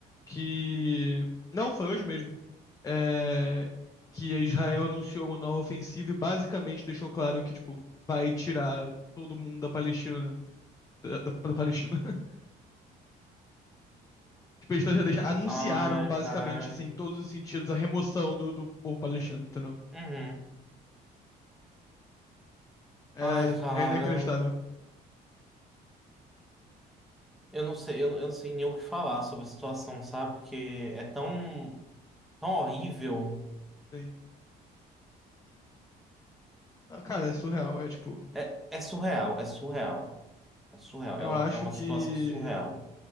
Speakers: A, on the left; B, in the centre.
A: Que. Não, foi hoje mesmo. É, que Israel anunciou uma nova ofensiva e basicamente deixou claro que, tipo, vai tirar todo mundo da Palestina. Da, da- da Palestina. <laughs> Tipo, eles já deixa- anunciaram
B: Ai,
A: basicamente,
B: cara.
A: assim, em todos os sentidos, a remoção do, do povo palestino, entendeu?
B: Uhum.
A: É,
B: Ai, cara.
A: é inacreditável.
B: Eu não sei, eu, eu não sei nem o que falar sobre a situação, sabe? Porque é tão, tão horrível.
A: Sim. Ah, Cara, é surreal. É tipo,
B: É, é surreal, é surreal. É surreal.
A: eu
B: É uma,
A: acho
B: é uma
A: que
B: situação surreal.